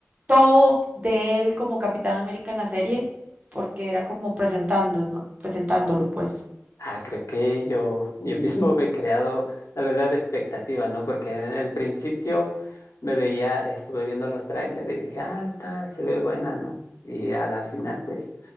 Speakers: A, on the right; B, on the left.
A: todo de él como Capitán América en la serie, porque era como presentándonos, presentándolo, pues.
B: Ah, creo que yo, yo mismo me he creado, la verdad, expectativa, ¿no? Porque en el principio me veía, estuve viendo los trailers y dije, ah, esta se ve buena, ¿no? Y a la final, pues,